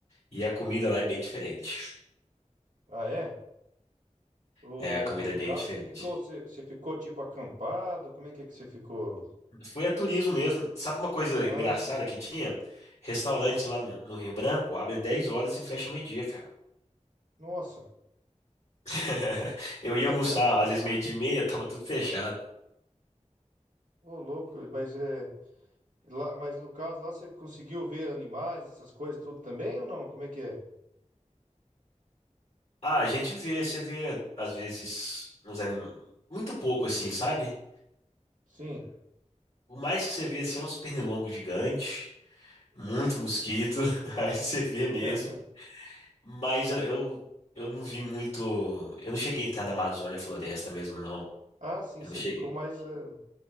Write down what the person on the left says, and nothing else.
e a comida lá é bem diferente.
É, a comida
é bem
diferente.
Foi a turismo mesmo. Sabe uma coisa
engraçada
que tinha? Restaurante lá no, no Rio Branco abre 10 horas e fecha meio-dia, cara.
<laughs> Eu ia
almoçar, às vezes meio-dia e meia, tava tudo fechado.
Ah, a gente vê, você vê, às vezes, uns animais muito pouco assim, sabe?
O mais que você vê assim é uns pernilongos gigantes, muito mosquito, <laughs> aí você vê
mesmo. Mas eu, eu, eu não vi muito. Eu não cheguei a entrar na Amazônia Floresta mesmo, não.
Eu
não cheguei.